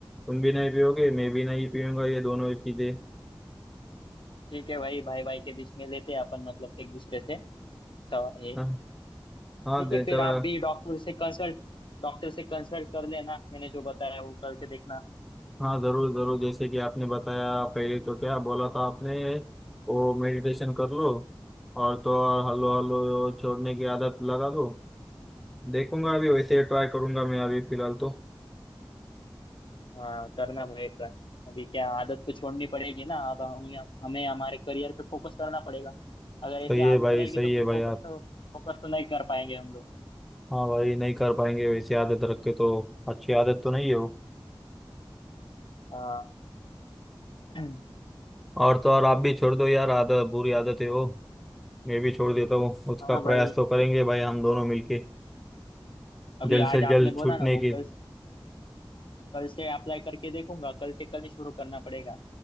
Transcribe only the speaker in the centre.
तुम भी नहीं पियोगे मैं भी नहीं पीऊंगा ये दोनों ही चीजें
हाँ हाँ
दे
चला
हाँ जरूर जरूर जैसे कि आपने बताया पहले तो क्या बोला था आपने वो मेडिटेशन कर लो और तो और हल्लो हल्लो छोड़ने की आदत लगा दो देखूंगा अभी वैसे ट्राई करूंगा मैं अभी फिलहाल तो
सही है
भाई
सही
है भाई
हाँ भाई नहीं कर पाएंगे वैसी आदत रख के तो अच्छी आदत तो नहीं है वो
और तो और आप भी छोड़ दो यार आदत बुरी आदत है वो मैं भी छोड़ देता हूँ उसका
प्रयास
तो करेंगे भाई हम दोनों मिलके
जल्द से
जल्द
छूटने
की